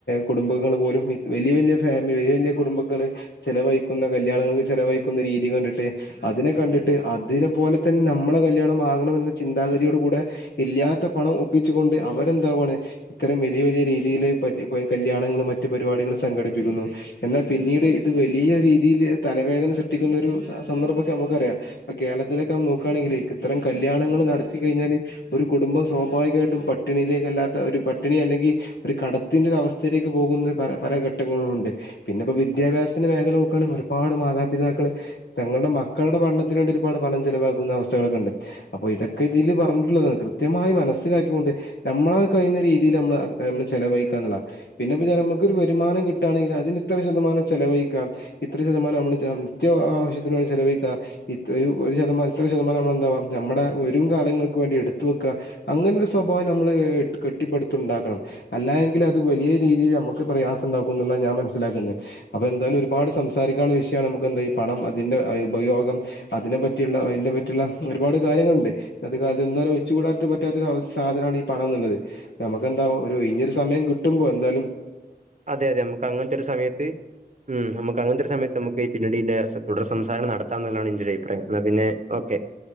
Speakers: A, on the left; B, on the right.
A: കുടുംബങ്ങൾ പോലും വലിയ വലിയ ഫാമിലി വലിയ വലിയ കുടുംബങ്ങൾ ചെലവഴിക്കുന്ന കല്യാണങ്ങൾക്ക് ചെ ചിലവഴിക്കുന്ന രീതി കണ്ടിട്ട് അതിനെ കണ്ടിട്ട് അതിനെ പോലെ തന്നെമ്മളെ കല്യാണംമാകണംമെന്ന ചിന്താ കൂടെ ഇല്ലാത്ത പണം ഒപ്പിച്ചുകൊണ്ട് അവരെന്താവുവാണ് ഇത്തരം വലിയ വലിയ രീതിയില് പ കല്യാണങ്ങളും മറ്റ് പരിപാടികും സംഘടിപ്പിക്കുന്നു. എന്നാ പിന്നീട് ഇത് വലിയ രീതിയില് തലവേദന സൃഷ്ടിക്കുന്ന ഒരു സന്ദർഭോക്കെ നമുക്കറിയാം. കേരളത്തിലക്കെ നോക്കാണെങ്കില് ഇത്തരം കല്യാണങ്ങൾ നടത്തികഴി ഞാല് ഒരു കുടുംബം സ്വാഭാവികയിട്ടും പട്ടിണിയിലേക്കല്ലാത്ത ഒരു പട്ടിണി അല്ലെങ്കി ഒരു കട ത്തിന്റ അവസ്ഥയിലേക്ക് പോകുന്ന പ പല ഘട്ടങ്ങളുംഉണ്ട്. പിന്നെ ഇപ്പോ വിദ്യാഭ്യാസത്തിന്റെ മേഖല നോക്കണെങ്കി ഒരുപാട് മാ മാതാപിതാക്കൾ തങ്ങളുടെ മക്കളുടെ പഠനത്തിന് വേണ്ടി ഒരുപാട് പണം ചെലവാക്കുന്ന അവസ്ഥകളൊക്കെ ഉണ്ട് അപ്പോ ഇതൊക്കെ ഇതിൽ പറഞ്ഞിട്ടുള്ളതാണ് കൃത്യമായി മനസ്സിലാക്കി കൊണ്ട് നമ്മളാ കഴിയുന്ന രീതിയില് നമ്മൾ നമ്മള് ചെലവഴ ക്കാന്നുള്ള പിന്നെ നമുക്ക് ഒരു വരുമാനം കിട്ടുകണെങ്കില് അതിന് ഇത്ര ശതമാനം ചിലവഴിക്കാം. ഇത്ര ശതമാനം നമു നിത്യ ആവശ്യത്തിന് വേണ്ടി ചെലവഴിക്കുക. ഒരു ശതമാനം ഇത്ര ശതമാനം നമ്മള എന്താവാ നമ്മുടെ ഒരു കാലങ്ങക്ക് വേണ്ടി എടുത്ത വെക്ക അങ്ങനെ ഒരു സ്വഭാവം നമ്മൾ കെട്ടിപ്പടുത്തുണ്ടാക്കണം. അല്ലാ എ അത് വലിയ രീതില് നമുക്ക് പ്രയാസ ഉണ്ടാക്കുംന്നുള്ള ഞാൻ മനസിലാക്കുന്നത്. അപ്പ എന്തായാലും ഒരുപാട് സംസാരിക്കാള്ള വിഷ് നമുക്ക് എന്താ ഈ പണം അതിന്റെ ഉപയോഗം അതിനെ പറ്റിയുള്ള അതിന്റെ പറ്റിയുള്ള ഒരുപാട് കാര്യങ്ങളുണ്ട്. അത അത് എന്തായാലും ഒയിച്ച് കൂടാൻ റ്റ് പറ്റാത്തൊ സാധനാണ് ഈ പണം എന്നുള്ളത്. നമുക്ക്ന്താ ഒരു ഒഴിഞ്ഞൊരു സമയം കിട്ടുമ്പോ എന്താലും
B: അതെ അതെ നമുക്ക് അങ്ങനത്തെ ഒരു സമയത്ത് ഉം നമുക്ക് അങ്ങനത്തെ ഒരു സമയത്ത് നമുക്ക് ഈ പിന്നടി <unintelligible> തുടർ സംസാരങ്ങൾ നടത്താം എന്നുള്ളതാണ് എന്റെ ഒരഭിപ്രായം. എന്നാ പിന്നെ ഓക്കെ.